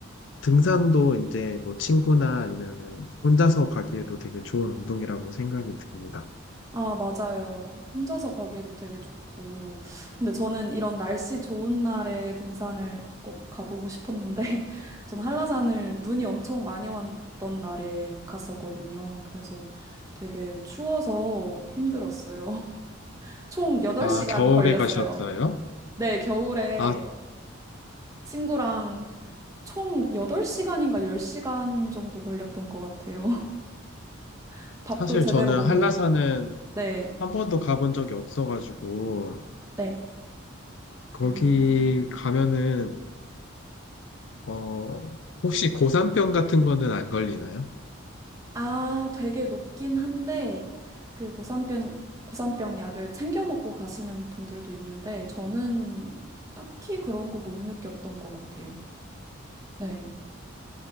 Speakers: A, on the left (about 60°); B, on the right (about 15°).
A: 등산도 이제 뭐 친구나 아니면은 혼자서 가기에도 되게 좋은 운동이라고 생각이 듭니다.
B: 아, 맞아요. 혼자서 가기에도 되게 좋고. 근데 저는 이런 날씨 좋은 날에 등산을 꼭 가보고 싶었는데, <laughs> 전 한라산을 눈이 엄청 많이 왔던 날에 갔었거든요. 그래서 되게 추워서 힘들었어요. <laughs> 총 8시간
A: 아, 겨울에
B: 걸렸어요.
A: 가셨어요?
B: 네, 겨울에
A: 아,
B: 친구랑 총 8시간인가 10시간 정도 걸렸던 것 같아요. <laughs> 밥도
A: 사실
B: 제대로
A: 저는
B: 못
A: 한라산은
B: 먹고. 네,
A: 한 번도 가본 적이 없어가지고,
B: 네.
A: 거기
B: 아.
A: 가면은, 어, 혹시 고산병 같은 거는 안 걸리나요?
B: 아, 되게 높긴 한데, 그 고산병, 고산병 약을 챙겨 먹고 가시는 분들도 있는데, 저는 딱히 그런 거 못 느꼈던 것 같아요. 네.